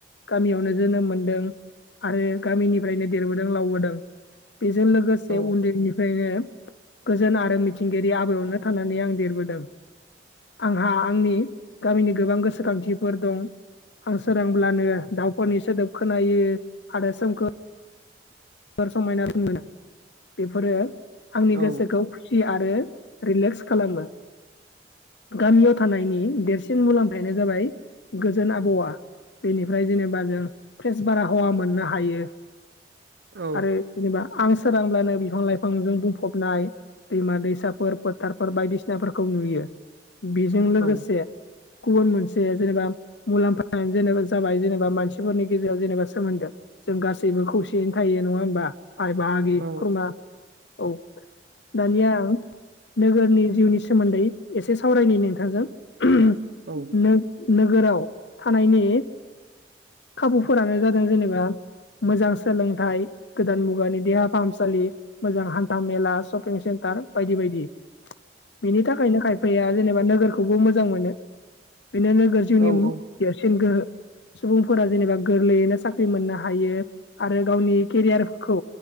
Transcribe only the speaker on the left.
गामियावनो जोनोम मोनदों आरो गामिनिफ्रायनो देरबोदों लावबोदों बेजों लोगोसे
मासे उन्दैनिफ्रायनो गोजोन आरो मिथिंगायारि आबहावायावनो थानानै आं देरबोदों आंहा आंनि गामिनि गोबां गोसोखांथिफोर दं। आं सोरांब्लानो दाउफोरनि सोदोब खोनायो आरो सोमखोर समायना रमायना बेफोरो आंनि
गोसोखौ फ्रि आरो रिलेक्स खालामो गामियाव थानायनि देरसिन मुलाम्फानो जाबाय गोजोन आबहावा बेनिफ्राय जेनेबा जों फ्रेस बारहावा मोननो हायो।
आरो जेनेबा आं सोरांब्लानो बिफां लाइफांजों बुंफबनाय दैमा दैसाफोर फोथारफोर बायदिसिनाफोरखौ नुयो। बेजों
लोगोसे गुबुन मोनसे जेनेबा मुलाम्फानो जेनबा जाबाय जेनेबा मानसिफोरनि गेजेराव जेनेबा सोमोन्दो जों गासैबो खौसेयैनो थायो नङा होमबा! बाय बाहागि
खुरमा औ दानिया नोगोरनि जिउनि सोमोन्दै एसे सावरायनि नोंथांजों <unintelligible>
नो नोगोराव थानायनि खाबुफोरानो जादों जेनेबा मोजां सोलोंथाइ गोदान मुगानि देहा फाहामसालि मोजां हान्था मेला, शपिं सेन्टार बायदि बायदि बेनि थाखायनो खायफाया जेनेबा नोगोरखौबो मोजां मोनो बेनो नोगोर जिउनि
देरसिन गोहो सुबुंफोरा जेनेबा गोरलैयैनो साख्रि मोननो हायो आरो गावनि केरियारखौ